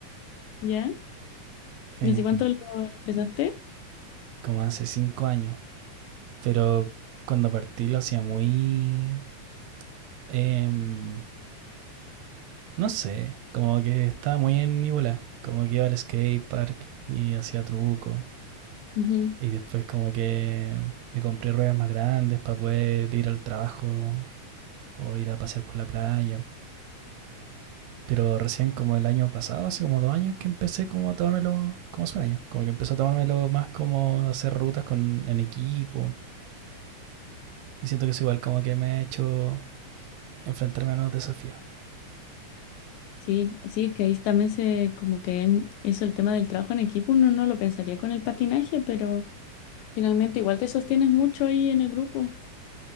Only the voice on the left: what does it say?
¿Ya?
¿Y hace cuánto lo empezaste?
Ujú.
Sí, sí, es que ahí también se, como que en- eso, el tema del trabajo en equipo, uno no lo pensaría con el patinaje, pero finalmente igual te sostienes mucho ahí en el grupo.